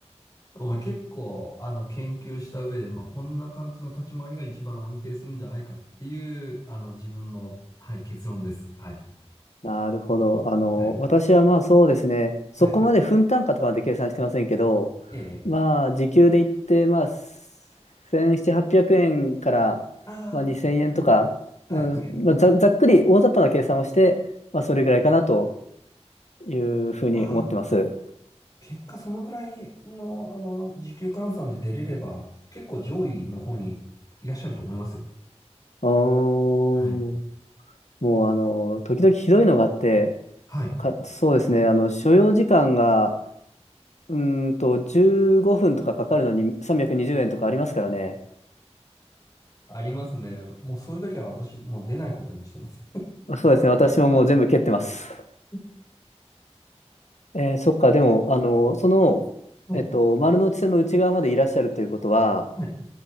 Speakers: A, on the left (about 30°); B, on the left (about 85°).
A: ま結構、あの、研究した上で、まあ、こんな感じの立ち回りが一番安定するんじゃないかっていう、あの、自分の、はい、結論です。はい。
B: なるほど。あの、
A: はい。
B: 私はまあそうですね、そこまで分単価とかまで計算してませんけど、
A: はい。ええ。
B: まあ時給で言って、まあ1700、800円から、
A: ああ、
B: まあ、2000円とか、
A: はい。はい。
B: うん、
A: はい。
B: まあ、ざ、ざっくり大雑把な計算をして、まあそれぐらいかなというふうに思ってます。
A: ああ、結果そのぐらいの、あの、時給換算で出れれば、結構上位の方にいらっしゃると思いますよ。
B: おー、
A: はい。
B: もうあの、時々ひどいのがあって、
A: はい。
B: か、そうですね、あの、所要時間が、うーんと15分とかかかるのに320円とかありますからね。
A: ありますね。もうそういう時は私、もう出ないことにしてます。
B: そうですね。私ももう全部蹴ってます。
A: <laughs>
B: えーそっか。でも、あの、その、
A: はい。
B: えっと、丸の内線の内側までいらっしゃるということは、
A: はい。